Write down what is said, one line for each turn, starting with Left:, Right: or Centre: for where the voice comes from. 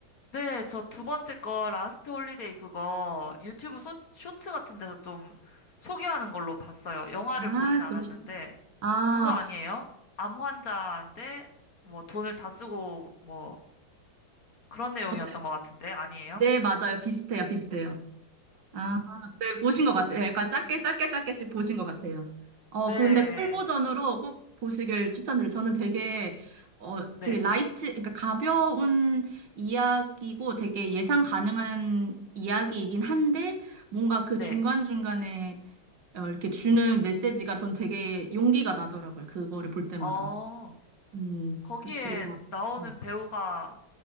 Left: 네, 저 두 번째 거 라스트 홀리데이 그거 유튜브 소, 쇼츠 같은 데서 좀 소개하는 걸로 봤어요. 영화를
Right: 아,
Left: 보진 않았는데
Right: 그러셨구나. 아,
Left: 그거 아니에요? 암 환자인데 뭐 돈을 다 쓰고 뭐 그런 내용이었던
Right: 어,
Left: 것 같은데 아니에요?
Right: 네, 맞아요. 비슷해요, 비슷해요. 아, 네, 보신 것 같아요. 약간 짧게, 짧게, 짧게씩 보신 것 같아요. 어,
Left: 네,
Right: 그 근데 풀 버전으로 꼭 보시길 추천드려요. 저는 되게, 어,
Left: 네,
Right: 되게 라이트, 그러니까 가벼운 이야기고 되게 예상 가능한 이야기이긴 한데, 뭔가 그
Left: 네.
Right: 중간중간에 어, 이렇게 주는 메시지가 전 되게 용기가 나더라고요. 그거를 볼 때마다.
Left: 어,
Right: 음,
Left: 거기에
Right: 그래서 되게 좋았어요.
Left: 나오는
Right: 음.
Left: 배우가